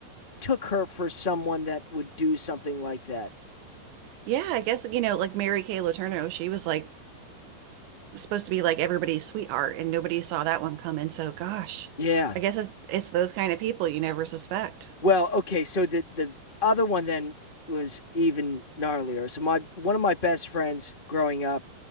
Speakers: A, on the left; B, on the right.
A: took her for someone that would do something like that.
B: Yeah, I guess, you know, like Mary Kay Letourneau, she was like supposed to be like everybody's sweetheart, and nobody saw that one coming. So, gosh,
A: Yeah.
B: I guess it's it's those kind of people you never suspect.
A: Well, okay, so the the other one then was even gnarlier. So my one of my best friends growing up,